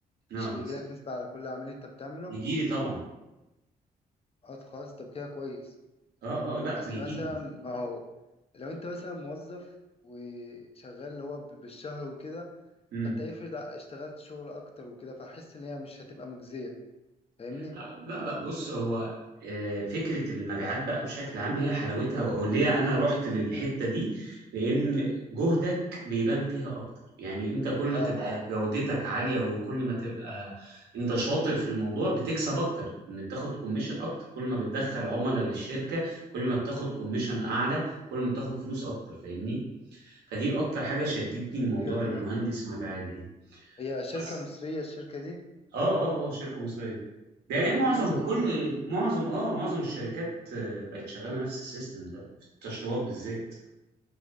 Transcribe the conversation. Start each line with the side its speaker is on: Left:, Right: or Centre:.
Left: مش
Right: اه
Left: بيجيلك نسبة على كل عميل انت بتعمله
Right: يجي لي طبعا
Left: اه خلاص طب كده كويس
Right: اه اه لا
Left: اصل
Right: بيجي
Left: مثلا ما هو لو انت مثلا موظف وشغال اللي هو ب- بالشهر وكده
Right: لي
Left: فانت افرض اشتغلت شغل اكتر وكده فحس ان هي مش هتبقى مجزية فاهمني
Right: لا لا لا بص هو آه، فكرة المبيعات بقى بشكل عام هي حلاوتها أو ليه أنا رحت للحتة دي لأن جهدك بيبان فيها أكتر يعني أنت كل
Left: اه
Right: ما تبقى ايوه جودتك عالية وكل ما تبقى أنت شاطر في الموضوع بتكسب أكتر إن بتاخد كوميشن أكتر كل ما بتدخل عملاء للشركة كل ما بتاخد كوميشن أعلى كل ما بتاخد فلوس أكتر فاهمني فدي أكتر حاجة شدتني الموضوع
Left: ايوه تمام
Right: المهندس
Left: فهمت
Right: المبيعات دي
Left: هي شركة
Right: بس
Left: مصرية الشركة دي
Right: اه اه اه شركة مصرية ده هي
Left: في
Right: معظم
Left: الجيزة وكده
Right: كل معظم اه معظم الشركات آه، بقت شغالة نفس السيستم ده في التشطيبات بالذات